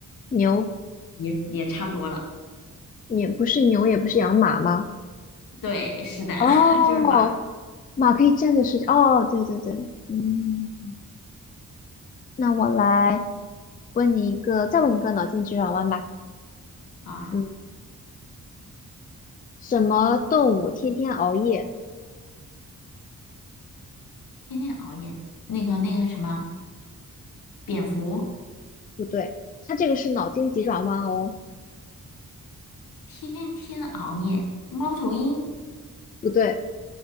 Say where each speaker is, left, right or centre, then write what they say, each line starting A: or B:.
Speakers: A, on the left (about 25°); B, on the left (about 85°).
A: 牛？
B: 也也差不多了。
A: 也不是牛，也不是羊，马吗？
B: 对，是的，
A: 哦，
B: <laughs> 就是马。
A: 马可以站着睡觉。哦，对对对，嗯，
B: 嗯，
A: 那我来问你一个，再问一个脑筋急转弯吧。
B: 好啊，
A: 嗯，什么动物天天熬夜？
B: 天天熬夜，那个那个什么，蝙蝠，
A: 不对，它这个是脑筋急转弯哦，
B: 天天熬夜，猫头鹰
A: 不对。